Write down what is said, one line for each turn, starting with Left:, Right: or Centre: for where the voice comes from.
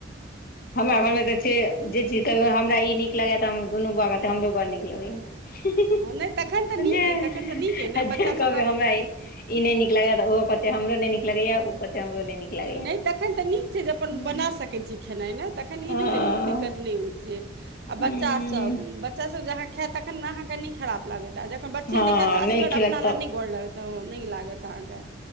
Left: हमरा घरमे तऽ छै जे चीज कह हमरा ई नीक लगैए हम दुनू बौआके तऽ हमरो बड़ नीक लगैएा
Right: नहि तखन तऽ नीक
Left: जे
Right: अइ तखन तऽ नीक अइ ने
Left: जे
Right: बच्चासभ
Left: कहबै हमरा ई ई नहि नीक लगैए ओहो कहतै हमरो नहि नीक लगैया कहतै हमरो नहि नीक लगैया
Right: नहि तखन तऽ नीक छै जे अपन
Left: ओ
Right: बना सकैत छी। खेनाइ नहि तखन
Left: हूँ
Right: ई नहि रहै छै दिक्कत नहि होइ छै आ
Left: हँ
Right: बच्चा सब बच्चासभ जहां खैत तखन अहाँकेँ नेई खराब लागत आ जखन बच्चे
Left: हँ
Right: न हेत त असगर
Left: नहि खेलक
Right: अपना
Left: तब
Right: ल नहि गोर लगत तऽ नहि लागत अहाँके